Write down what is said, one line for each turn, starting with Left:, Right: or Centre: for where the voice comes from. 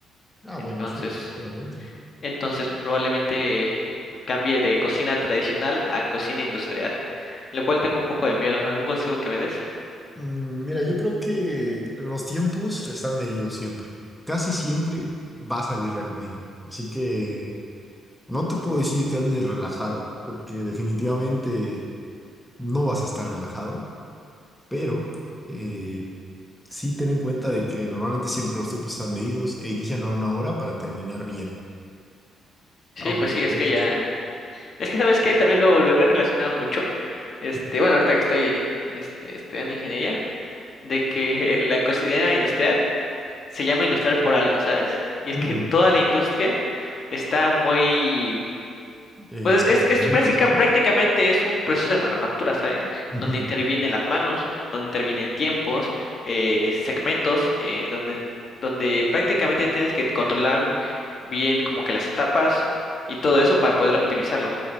Centre: Ah,
Left: Entonces,
Centre: bueno, eso definitivamente.
Left: Entonces probablemente cambie de cocina tradicional a cocina industrial, lo cual tengo un poco de miedo. ¿Algún consejo que me des?
Centre: Mm, mira, yo creo que los tiempos están medidos siempre. Casi siempre va a salir la comida. Así que no te puedo decir que andes relajado porque definitivamente no vas a estar relajado, pero... eh, Sí, ten en cuenta de que normalmente siempre los tiempos están medidos e inician a una hora para terminar bien.
Left: Sí,
Centre: Aunque
Left: pues sí, es
Centre: lo
Left: que
Centre: dices
Left: ya...
Centre: así.
Left: Es que, ¿sabes qué? También lo, lo he relacionado mucho. Este,
Centre: Ujú.
Left: bueno, ahorita que estoy este, estudiando ingeniería, de que <laughs> la cocina industrial se llama industrial por algo, ¿sabes? Y
Centre: Mm,
Left: es que en toda la industria está muy...
Centre: eh,
Left: Pues
Centre: cinco
Left: es, es
Centre: minutos,
Left: práctica-
Centre: ¿sabes?
Left: prácticamente es un proceso de manufactura, ¿sabes?
Centre: Ujú.
Left: Donde intervienen las manos, donde intervienen tiempos, eh, segmentos, eh, donde, donde prácticamente tienes que controlar bien como que las etapas y todo eso para poder optimizarlo.